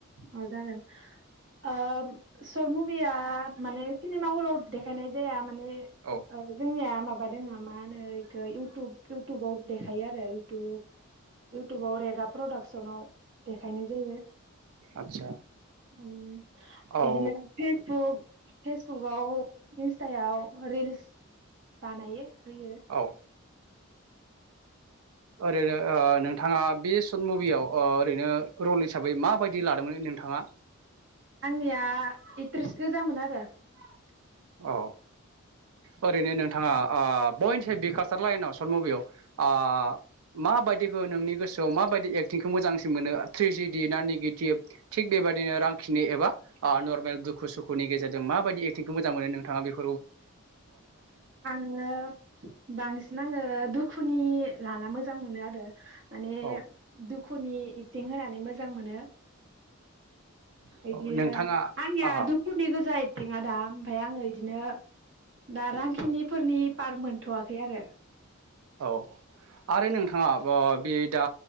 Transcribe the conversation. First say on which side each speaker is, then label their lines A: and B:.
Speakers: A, on the right (about 55°); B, on the right (about 75°).
A: अ जागोन । ओ शर्ट मुभिया माने सिनेमा हलाव देखायनाय जाया मा माने
B: आदसा औ
A: जोंनिया माब माबा दङो मा होनो एखो इउटुब इउटुबाव देखायो आरो इउटुब इउटुबाव रेगा प्रडाक्सनाव देखायनाय जायो ।
B: आदसा
A: ओम बिदिनो
B: औ
A: फेसबुग बुक फेसबुकाव इन्सटायाव रिल्स बानायो । होयो
B: औ ओरैनो ओ नोंथाङा बे सर्ट मुभियाव ओ ओरैनो रल हिसाबै माबायदि लादोंमोन? नोंथाङा
A: आंनिया इट्रिस गोजामोन आरो ।
B: औ ओरैनो नोंथाङा ओ बयनि बे कालसार लाइनाव सर्ट मुभियाव ओ माबायदिखौ नोंनि गोसोआव माबायदि एक्टिंखौ मोजां सिन मोनो थ्रेजिडि ना नेगेथिभ थिग बेबायदिनो रांखिनि एबा ओ नर्मेल दुखु सुखु दुखुनि गेजेरजों माबायदि एक्टिंखौ मोजां मोनो नोंथाङा बेखौ
A: आंङो बांसिन आंङो दुखु खुनि लाना मोजां मोनो आरो माने
B: औ
A: दुखुनि एक्टिं होनानै मोजां मोनो । बिदिनो
B: औ नोंथाङा
A: आंनिया
B: आ
A: दुखुनि गोजा एदटिंङादा ओमफाय आंङो इदिनो दा रांखिनिफोरनि पार मोनथ'वाखै आरो
B: औ आरो नोंथाङा अ बे दा